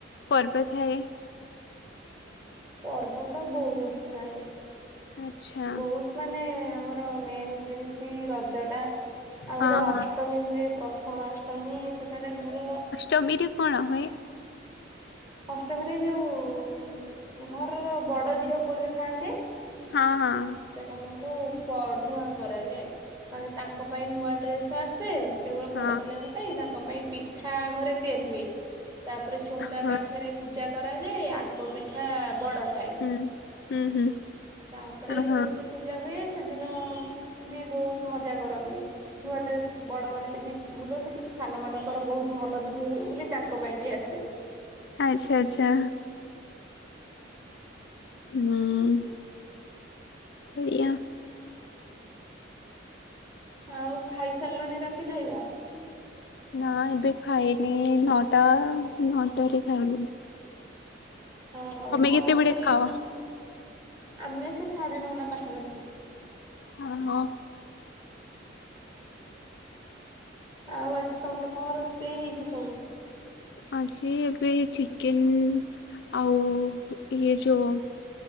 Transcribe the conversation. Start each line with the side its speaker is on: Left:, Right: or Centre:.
Left: ପର୍ବ ଥାଏ?
Right: ପର୍ବ ତ ବହୁତ ଥାଏ।
Left: ଆଚ୍ଛା।
Right: ବହୁତ ମାନେ ଆମର ମେନ ଯେମିତି ରଜ ଟା, ଆଉ
Left: ହଁ
Right: ଗୋଟେ ଅଷ୍ଟମୀ
Left: ହଁ
Right: ହୁଏ ପ୍ର ଥମାଷ୍ଟମୀ ସେଟାରେ ଘରର
Left: ଟମୀରେ କଣ ହୁଏ?
Right: ଅଷ୍ଟମୀରେ ଯୋଉ ଘରର ବଡ଼ ଝିଅ ପୁଅ ଯୋଉ ଥାନ୍ତି
Left: ହଁ, ହଁ।
Right: ସେମାନଙ୍କୁ ପଢ଼ୁଆଁ କରାଯାଏ। ମାନେ ତାଙ୍କ ପାଇଁ ନୂଆ ଡ୍ରେସ୍ ଆସେ। କେବଳ ବଡ଼
Left: ହଁ
Right: ପିଲାଙ୍କ ପାଇଁ ତାଙ୍କ ପାଇଁ ପିଠା ଘରେ ତିଆରି ହୁଏ। ତାପରେ ଚୋଉଁରା
Left: ହଁ
Right: ପା ରେ ପୂଜା କରାଯାଏ, ଆଗ ପିଠା ବଡ଼ ଖା ଖାଏ।
Left: ହୁଁ ହୁଁ ହୁଁ
Right: ତାପରେ
Left: ହଁ
Right: ତ
Left: ହଁ
Right: ଏମତି ପୂ ଜା ହୁଏ, ସେଦିନ ବି ବହୁତ ମଜା କରନ୍ତି। ନୂଆ ଡ୍ରେସ୍ ବଡ଼ମାନେ ପିନ୍ଧି ବୁଲନ୍ତି। କିନ୍ତୁ ସାନମାନଙ୍କର ବହୁତ ମନ ଦୁଃଖୀ ହୁଏ ବୋଲି ତାଙ୍କ ପାଇଁ ବି ଆସେ।
Left: ଆଚ୍ଛା, ଆଚ୍ଛା। ହୁଁ, ଏଇଆ।
Right: ଆଉ ଖାଇସାରିଲଣି ରାତି ଖାଇବା?
Left: ନା ଏବେ ଖାଇନି ନଅଟା ନଅଟା ରେ ଖାଇବୁ।
Right: ଓହୋ, କ
Left: କେତେବେଳେ
Right: ରୋଷେଇ,
Left: ଖାଅ?
Right: ଆମେ ସେ ସାଢେ ନଅଟା ପାଖାପାଖି।
Left: ଓ ହୋ।
Right: ଆଉ ଆଜି ତୋମର କଣ ରୋଷେଇ ହେଇଛି ସବୁ?
Left: ଆଜି ଏବେ ଚିକେନ୍ ଆଉ ଇଏ ଯୋ